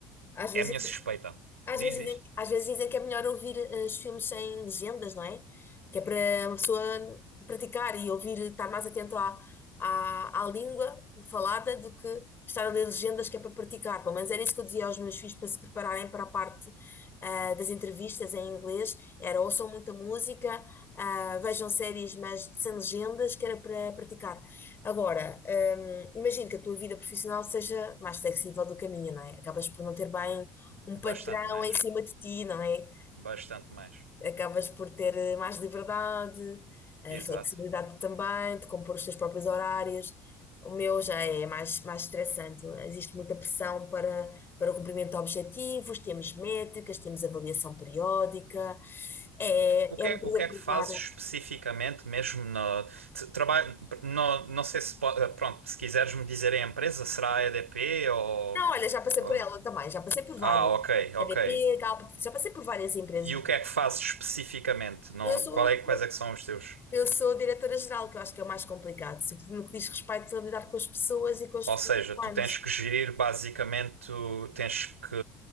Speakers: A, on the left; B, on the right.
A: às vezes
B: é a minha suspeita.
A: Às
B: Diz,
A: vezes
B: diz.
A: dizem, às vezes dizem que é melhor ouvir eh, os filmes sem legendas, não é? Que é para uma pessoa praticar e ouvir, estar mais atento à, à, à língua falada do que estar a ler legendas que é para praticar. Pelo menos era isso que eu dizia aos meus filhos para se prepararem para a parte ah, das entrevistas em inglês. Era ouçam muita música, ah, vejam séries, mas sem legendas, que era para praticar. Agora, hum, imagino que a tua vida profissional seja mais flexível do que a minha, não é? Acabas por não ter bem um patrão
B: Bastante mais.
A: em cima de ti, não é?
B: Bastante mais.
A: Acabas por ter eh, mais liberdade, eh,
B: Exato.
A: flexibilidade também, de compor os teus próprios horários. O meu já é mais, mais estressante. Existe muita pressão para, para o cumprimento de objetivos, temos métricas, temos avaliação periódica. É,
B: O que
A: é uma
B: é,
A: empresa
B: o que é
A: privada.
B: que fazes especificamente, mesmo no t- trabalho? No, não sei se po- eh, pronto, se quiseres me dizer a empresa, será a EDP ou,
A: Não, olha, já passei
B: ou-
A: por ela também, já passei por várias.
B: Ah, ok, ok.
A: EDP, Galp, já passei por várias empresas.
B: E o que é que fazes especificamente? Não,
A: Eu sou,
B: qual é,
A: sou-
B: quais é que são os teus?
A: Eu sou diretora geral, que eu acho que é o mais complicado, sobretudo no que diz respeito a lidar com as pessoas e com os
B: Ou
A: recursos
B: seja, tu
A: humanos.
B: tens que gerir basicamente, tu tens que